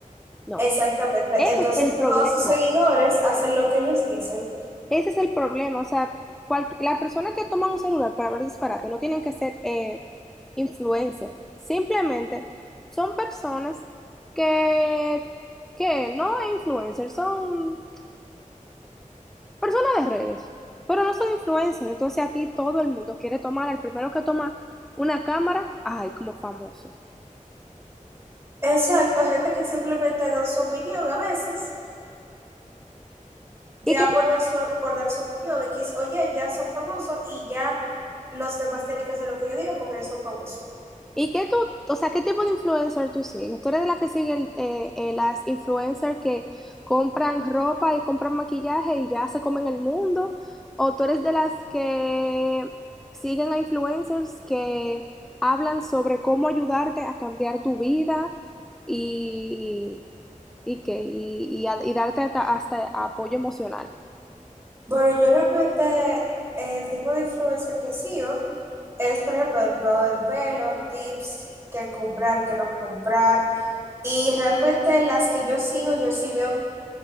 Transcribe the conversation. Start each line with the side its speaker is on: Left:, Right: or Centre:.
Centre: No,
Right: exactamente.
Centre: ese
Right: Entonces
Centre: es el problema.
Right: todos sus seguidores hacen lo que ellos dicen.
Centre: Ese es el problema. O sea, cual, la persona que toma un celular para hablar disparate no tienen que ser eh, influencer. Simplemente son personas que, que no es influencer, son Personas de redes, pero no son influencers. Entonces aquí todo el mundo quiere tomar, el primero que toma una cámara, ay, como famoso.
Right: Exacto, gente que simplemente dan su opinión a veces. ya
Centre: Y que
Right: por dar, su, por dar su opinión, X o Y, ya son famosos y ya los demás tienen que hacer lo que yo digo porque ellos son famosos.
Centre: ¿Y qué tú, o sea, qué tipo de influencer tú sigues? ¿Tú eres de la que sigue el- eh, eh, las influencers que compran ropa y compran maquillaje y ya se comen el mundo? ¿O tú eres de las que siguen a influencers que hablan sobre cómo ayudarte a cambiar tu vida y, y, qué? y, y a- y darte hasta hasta apoyo emocional?
Right: Bueno, yo realmente el tipo de influencer que sigo es, por ejemplo, el cuidado del pelo, tips, qué comprar, qué no comprar. Y realmente las que yo sigo, yo sí veo